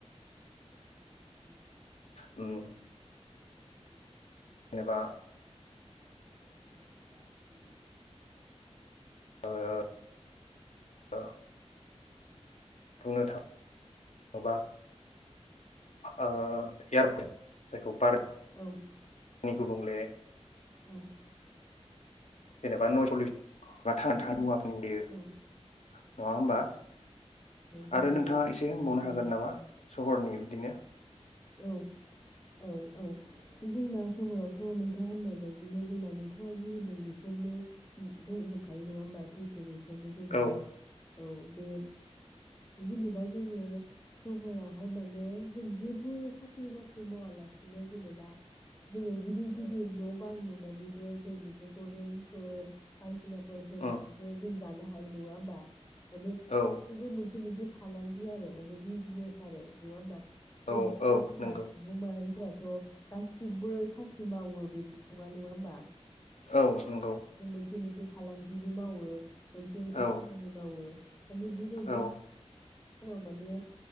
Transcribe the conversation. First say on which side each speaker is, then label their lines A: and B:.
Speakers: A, on the left; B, on the left.
A: उ <inaudible>
B: उम
A: <inaudible>
B: जेनेबा
A: <inaudible>
B: ओ बुंनो थाङोबा ओ एयारपर्ट जायखौ बारनि
A: औ
B: गुबुंले
A: औ
B: जेनेबा नयसपल्लिस बा थांना थानाय मुवा <unintelligible> गयो
A: औ
B: <inaudible> नङा होमबा
A: जायो
B: आरो नोंथाङा
A: जायो
B: एसे होनबावनो
A: औ
B: हागोन नामा सहरनि बिदिनो
A: औ-औ-औ जोंना सहरावथ' नोंथां होननाय बायदिनो जोंना नोंथाङा जि होनदों बेफोरनो दंजोबखायो नङा होमबा सैथो बे <inaudible> बेनो जेनेबा
B: औ
A: औ बे जेनेबा जोङो सहरावहाय माने जों जेबो साख्रि बाख्रि मावालासिनो जेनेबा जोङो गिदिर गिदिर न' बां लुनानैबो जों बेफोरखौ रेन्टफोर बाय <inaudible> होनानैबो
B: उम
A: जों <inaudible> जानो हायि नङा होमबा माने
B: औ
A: बि मोनसे फालांगि आरो माने बिजनेस आरो नङा होमबा ज
B: औ औ नंगौ
A: माह <unintelligible> थ' गासिबो साख्रि मावो बेथ' नङा नङा होमबा
B: औ नंगौ
A: मोन <inaudible> जि मोनसे फालांगिबो मावो। मोनसे मोनसे
B: औ
A: खामानि मावो माने बिबायदि
B: औ
A: <inaudible> माने